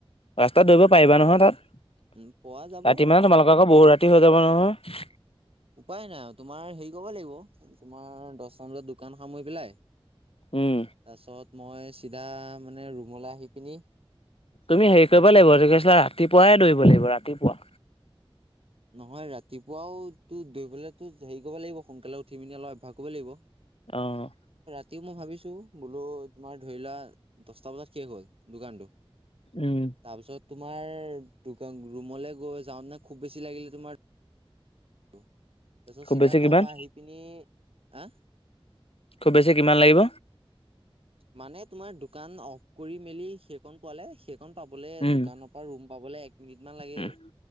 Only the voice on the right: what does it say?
উম পোৱা যাব
উপায় নাই আৰু তোমাৰ হেই কব লাগিব। তোমাৰ দহটামান বজাত দোকান সামৰি পেলাই
তাছত মই চিধা মানে ৰুমলৈ আহি পিনি
নহয় ৰাতিপুৱাও তো দৌৰিবলৈটো হেৰি কৰিব লাগিব সোনকালে উঠি পিনি অলপ অভ্যাস কৰিব লাগিব।
এতিয়া মই ভাবিছো বোলো তোমাৰ ধৰি লোৱা দছটা বজাত শেষ হয়। দোকানটো।
তাৰপিছত তোমাৰ দোকান ৰুমলৈ গৈ যাওঁ নে খুব বেছি লাগিলে তোমাৰ তাৰ পিছত
চিধা
তাৰ
পৰা আহি পিনি, আ?
মানে তোমাৰ দোকান অফ কৰি মেলি সেইকণ পোৱালে সেই পাবলে
দোকানৰ পৰা ৰুম পাবলৈ এক মিনিট মান লাগে।